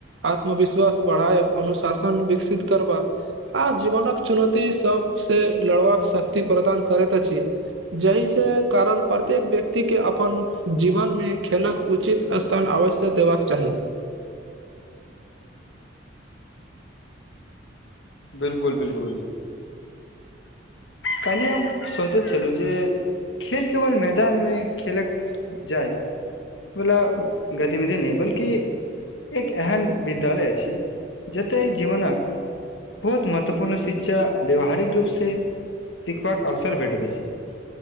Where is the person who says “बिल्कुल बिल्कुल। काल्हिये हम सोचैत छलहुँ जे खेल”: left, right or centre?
Left